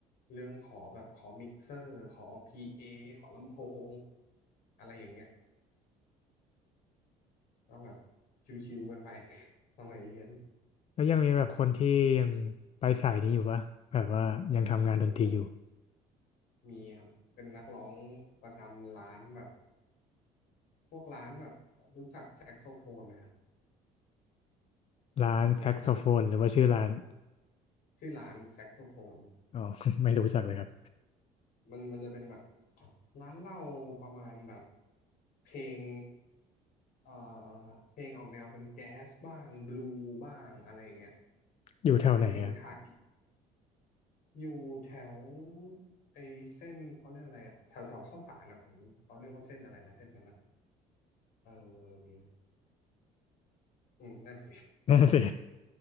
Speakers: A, on the left; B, on the left.
A: เรื่องขอแบบขอมิกเซอร์ขอพีเอขอลำโพงอะไรอย่างเงี้ย ก็แบบชิวๆกันไป <laughs> สมัยเรียน
B: แล้วยังมีแบบคนที่ยังไปสายนี้อยู่ปะแบบว่ายังทำงานดนตรีอยู่
A: โอ้มีครับเป็นนักร้องประจำร้านแบบ พวกร้านแบบรู้จักแซกโซโฟนนะฮะ
B: ร้านแซกโซโฟนหรือว่าชื่อร้าน
A: มันเป็นร้านเหล้าชื่อร้านแซกโซโฟน
B: อ๋อ <laughs> ไม่รู้จักเลยครับ
A: มันมันจะเป็นแบบร้านเหล้าประมาณแบบเพลงเอ่อเพลงออกแนวเป็นแจ๊สบ้างบลูบ้างอะไรเงี้ย
B: อยู่แถวไหนครับ
A: หรือเป็นเพลงไทยอยู่แถวไอเส้นเขาเรียกอะไรอะแถวแถวข้าวสารอะผมเขาเรียกว่าเส้นอะไรนะเส้นนั้นะ เอออืมนั่นสิ
B: นั่นสิ